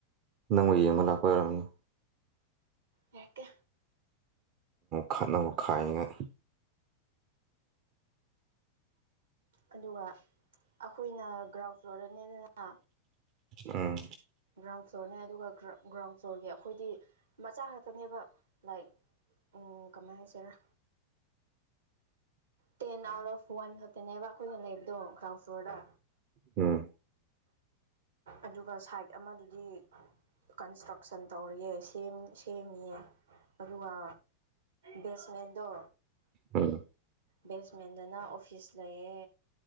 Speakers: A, on the right; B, on the right.
A: ꯅꯪꯑꯣꯏ ꯌꯦꯡꯕ ꯂꯥꯛꯄ ꯑꯣꯏꯔꯝꯒꯅꯤ
B: ꯌꯥꯔꯛꯀꯦ
A: ꯈꯠꯅꯧ ꯈꯥꯏꯅꯤꯉꯥꯏ
B: ꯑꯗꯨꯒ ꯑꯈꯣꯏꯅ ꯒ꯭ꯔꯥꯎꯟ ꯐ꯭ꯂꯣꯔꯗꯅꯤꯗꯅ
A: ꯎꯝ
B: ꯒ꯭ꯔꯥꯎꯟ ꯐ꯭ꯂꯣꯔꯅꯦ ꯑꯗꯨꯒ ꯒ꯭ꯔꯥꯎꯟ ꯐ꯭ꯂꯣꯔꯒꯤ ꯑꯩꯈꯣꯏꯗꯤ ꯃꯆꯥ ꯈꯛꯇꯅꯦꯕ ꯂꯥꯏꯛ ꯎꯝ ꯀꯃꯥꯏ ꯍꯥꯏꯁꯤꯔꯥ
A: <inaudible>
B: ꯇꯦꯟ ꯑꯥꯎꯠ ꯑꯣꯐ ꯋꯥꯟ ꯈꯇꯦꯜꯅꯦꯕ ꯑꯩꯈꯣꯏꯅ ꯂꯩꯕꯗꯣ ꯀ꯭ꯔꯥꯎꯟ ꯐ꯭ꯂꯣꯔꯗ
A: ꯎꯝ
B: ꯑꯗꯨꯒ ꯁꯥꯏꯠ ꯑꯃꯗꯨꯗꯤ ꯀꯟꯁꯇ꯭ꯔꯛꯁꯟ ꯇꯧꯔꯤꯌꯦ ꯁꯦꯝ ꯁꯦꯝꯃꯤꯌꯦ ꯑꯗꯨꯒ ꯕꯦꯠꯁꯃꯦꯟꯗꯣ
A: ꯎꯝ
B: ꯕꯦꯁꯃꯦꯟꯗꯅ ꯑꯣꯐꯤꯁ ꯂꯩꯌꯦ